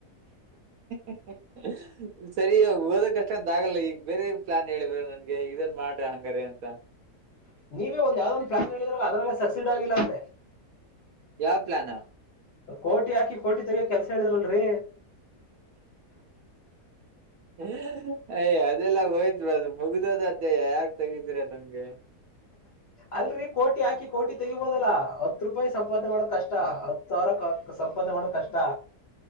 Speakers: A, on the right; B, on the left.
A: <unintelligible> ಸರಿ ಇವಾಗ ಓದ ಕಷ್ಟ ಅಂತ ಆಗಲ್ಲ ಈಗ ಬೇರೆ ಪ್ಲಾನ್ ಹೇಳಿವ್ರ ನನ್ಗೆ ಇದನ್ ಮಾಡ್ರಿ ಹಂಗಾರ ಅಂತ
B: ನೀವೇ ಒಂದ ಯಾವ್ದ ಒಂದು ಪ್ಲಾನ್ ಹೇಳಿದ್ರಲ್ಲ ಅದನ್ನಲ್ಲ ಸಕ್ಸಿಡ್ ಆಗಿಲ್ಲ ಅಂದ್ರೆ
A: ಯಾವ ಪ್ಲನ್
B: ಕೋಟಿ ಹಾಕಿ ಕೋಟಿ ತೆಗಿ ಕೆಲ್ಸ ಹೇಳಿದಿರಲ್ರರಿ
A: ಹ್ಮ ಅಯ ಅದೆಲ್ಲ ಹೋಯ್ತು ಬಿ ಅದು ಮುಗ್ದೋದ ಅಧ್ಯಯ ಯಾಕ ತೆಗಿದೀರಾ ನಮ್ಗೆ
B: ಅಲ್ರರಿ ಕೋಟಿ ಹಾಕಿ ಕೋಟಿ ತೆಗಿಬೋದಲ್ಲ ಹತ್ ರೂಪಾಯಿ ಸಂಪಾದನೆ ಮಾಡದ್ ಕಷ್ಟ ಹತ್ ಸರಕ್ಕೆ ಸಂಪಾದ ಮಾಡೋ ಕಷ್ಟ